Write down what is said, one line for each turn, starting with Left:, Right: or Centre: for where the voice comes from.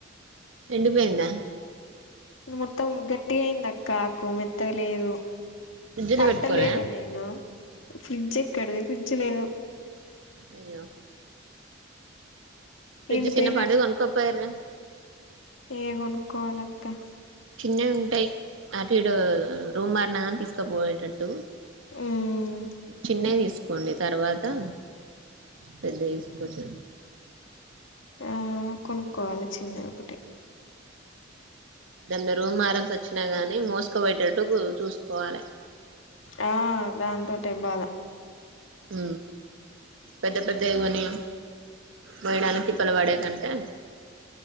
Right: ఎండిపేయిందా
Left: మొత్తం గట్టిగా అయింది అక్కా ఆకు మెత్తగలేదు.
Right: ఫ్రిడ్జ్ లో
Left: పట్టలేద
Right: పెట్టుకోలే
Left: నేనూ ఫ్రిడ్జ్ ఎక్కడిది ఫ్రిడ్జ్ లేదు.
Right: అయ్యో ఫ్రిడ్జ్
Left: ఎండిపోయినట్
Right: చిన్న పాటిది కొనుక్కో పోయిర్రా.
Left: ఇగ కొనుక్కోవాలక్కా
Right: చిన్నవి ఉంటయ్ అటు ఇటూ రూమ్ మారినా గాని తీసుకపోయేటట్టూ.
Left: ఉమ్
Right: చిన్నయి తీసు కోండి తర్వాతా పెద్దయ్ తీసుకోవచ్చు.
Left: ఆ కొనుక్కోవాలి చిన్నది ఒకటి.
Right: ఏమన్న రూమ్ మారాల్సి వచ్చినా గాని మోసుకబోయేటట్టు చూసుకోవాలే.
Left: ఆ దాంతోటే బాధ
Right: ఊ పెద్ద పెద్దై గొనీ. మొయ్యడానిక్ తిప్పలు పడే కంటే